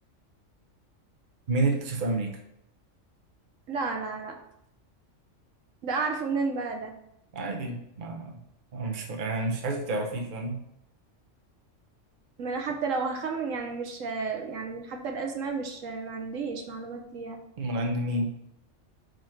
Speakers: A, on the right (about 45°); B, on the right (about 80°).
A: مين اكتشف أمريكا؟
B: لا لا لا ده اعرفه منين بقى ده
A: عادي ما أنا مش يعني مش عايزك تعرفيه فاهم؟
B: ما انا حتى لو هخمن يعني مش آه، يعني من حتى الازمة مش آه، ما عنديش معلومات ليها
A: أمال عند مين؟